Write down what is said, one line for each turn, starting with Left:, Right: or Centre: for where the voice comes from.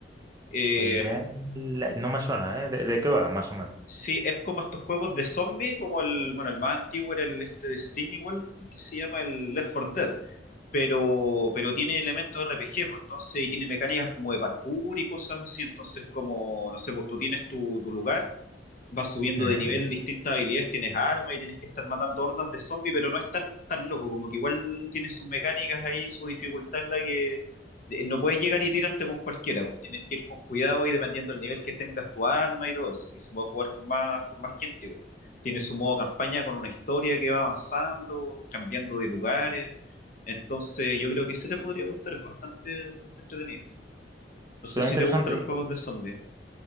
Left: Eh,
Right: El Dying Light- no me suena, ¿eh? ¿De, de qué va, más o menos?
Left: Sí, es como estos juegos de zombie, como el, bueno, el más antiguo era el este de Steam igual, ¿cómo es que se llama? El Left 4 Dead, pero, pero tiene elementos de RPG, pues, entonces, y tiene mecánicas como de parkour y cosas así, entonces como, no sé, pues tú tienes tu, tu lugar vas subiendo
Right: Ujú,
Left: de nivel
Right: ujú.
Left: distintas habilidades, tienes armas y tienes que estar matando hordas de zombies, pero no es tan, tan loco, como que igual tiene sus mecánicas ahí, su dificultad en la que eh, no puedes llegar y tirarte con cualquiera, pues tienes que ir con cuidado y dependiendo del nivel que tengas tu arma y todo eso, y se puede jugar con más, con más gente igual. Tiene su modo campaña con una historia que va avanzando, cambiando de lugares. Entonces, yo creo que ese te podría gustar, es bastante, bastante entretenido. No
Right: Suena
Left: sé si
Right: interesante.
Left: te gustan los juegos de zombies.